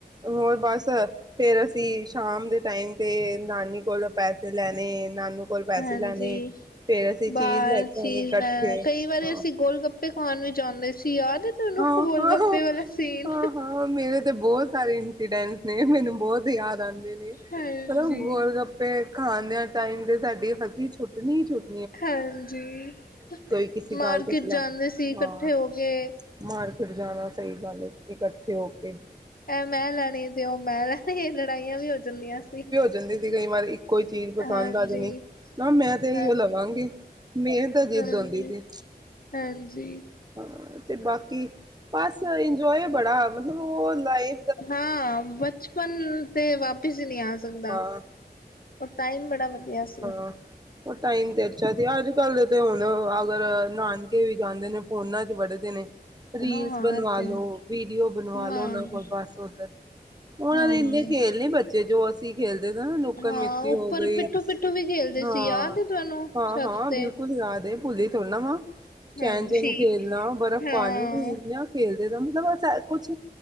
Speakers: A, on the right; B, on the left.
A: ਹੋਰ ਬਸ। ਫੇਰ ਅਸੀ ਸ਼ਾਮ ਦੇ ਟਾਈਮ ਤੇ ਨਾਨੀ ਕੋਲੋਂ ਪੈਸੇ ਲੈਣੇ ਨਾਨੂ ਕੋਲ ਪੈਸੇ
B: ਹਾਂਜੀ।
A: ਲੈਣੇ ਫੇਰ ਅਸੀਂ ਚੀਜ਼
B: ਬਸ
A: ਲੈ ਕੇ ਆਉਣੀ
B: ਚੀਜ਼
A: ਇਕੱਠੇ
B: ਲੈ ਕਈ ਵਾਰੀ
A: ਹਾਂ
B: ਅਸੀ ਗੋਲ ਗੱਪ ਪੇ ਖਾਣ ਵੀ ਜਾਂਦੇ ਸੀ। ਯਾਦ ਏ ਤਾਨੂੰ
A: ਹਾਂ
B: ਗੋਲ
A: ਹਾਂ
B: ਗੱਪੇ ਵਾਲਾ ਸੀਨ।
A: ਹਾਂ ਹਾਂ ਮੇਰੇ ਤੇ ਬੋਤ ਸਾਰੇ ਇੰਸੀਡੈਂਟ ਨਈ ਮੈਨੂੰ ਬੋਤ ਯਾਦ ਆਂਦੀ ਰਈ ਮਤਲਬ
B: ਹਾਂਜੀ
A: ਗੋਲ ਗਪ ਗੱਪੇ ਖਾਂਦੇਆ ਟਾਈਮ ਤੇ ਸਾਡੀ ਹਸੀ ਛੁੱਟਣੀ ਛੁਟ
B: ਹਾਂਜੀ।
A: ਕਿਸੇ
B: ਮਾਰਕਿਟ
A: ਗੱਲ ਤੋਂ ਸਿਲੈਕਟ
B: ਜਾਂਦੇ ਸੀ ਕੱਠੇ
A: ਹਾਂ
B: ਹੋ ਕੇ।
A: ਮਾਰਕੀਟ ਜਾਣਾ ਸਹੀ ਗੱਲ ਏ ਇਕੱਠੇ ਹੋ ਕੇ।
B: ਐ ਮੈਂ ਲੈਣੀ ਤੇ ਓ ਮੈਂ ਲੈਣੀ ਲੜਾਈਆਂ ਵੀ ਹੋ ਜਾਂਦੀਆਂ ਸੀ।
A: ਦਿਂਦੀ ਸੀ। ਕਈ ਵਾਰ ਇੱਕੋ ਈ ਚੀਜ਼ ਪਸੰਦ
B: ਹਾਂਜੀ
A: ਆ ਜਾਣੀ। ਨਾ ਮੈਂ ਤੇ ਅਈਓ
B: ਹਾਂ
A: ਲਵਾਂਗੀ ਮੇਰੀ ਤਾਂ ਜਿੱਦ
B: ਹਾਂਜੀ
A: ਹੋਂਦੀ ਸੀ।
B: ਹਾਂਜੀ।
A: ਹਾਂ। ਤੇ ਬਾਕੀ ਬਸ ਇੰਜੋਏ ਬੜਾ ਮਤਲਬ ਓ ਹੁੰਦਾਂ ਏ
B: ਹਾਂ ਬਚਪਨ ਤੇ ਵਾਪਿਸ ਈ ਨਈ ਆ ਸਕਦਾ।
A: ਹਾਂ
B: ਓ ਟਾਈਮ ਬੜਾ ਵਧੀਆ ਸੀ।
A: ਹ ਓ ਟਾਈਮ ਤੇ ਅੱਛਾ ਸੀ। ਅੱਜ ਕੱਲ ਦੇ ਤੇ ਹੁਣ ਅਗਰ ਨਾਨਕੇ ਵੀ ਜਾਂਦੇ ਨੇ ਫੋਨਾਂ ਚ ਵੜੇ ਦੇ ਨੇ। ਰੀਲਸ
B: ਹਾਂ
A: ਬਣਵਾ
B: ਇਹ ਤੇ
A: ਲੋ,
B: ਹੈ
A: ਵੀਡੀਓ ਬਣਵਾ
B: ਹਾਂ।
A: ਲੋ ਓਨਾ ਕੋਲ ਬਸ ਓਧਰ। ਔਨਾਂ
B: ਹਾਂ
A: ਨੇ ਏਨੇ ਪੇਲੇ ਬੱਚੇ ਜੋ ਅਸ ਅਸੀ ਖੇਲਦੇ ਸਾ ਨਾ ਲੋਕਨ
B: ਹਾਂ
A: ਮਿੱਟੀ
B: ਉੱਪਰ
A: ਹੋ ਗਈ।
B: ਪਿੱਠੂ ਪਿੱਠੂ ਵੀ ਖੇਲਦੇ
A: ਹਾਂ।
B: ਸੀ ਯਾਦ ਹੈ ਤੁਹਾਨੂੰ
A: ਹਾਂ
B: ਛੱਤ
A: ਹਾਂ
B: ਤੇ
A: ਬਿਲਕੁਲ ਯਾਦ ਏ ਭੁੱਲੀ ਥੋੜਾ ਨਾ ਵਾਂ। ਚੈਨ
B: ਹਾਂਜੀ
A: ਚੁਨ ਖੇਲਣਾ, ਬਰਫ਼
B: ਹਾਂ
A: ਪਾਣੀ ਇਨਾ ਖੇਲਦੇ ਸਾਂ। ਮਤਲਬ ਅਸ ਕੁਛ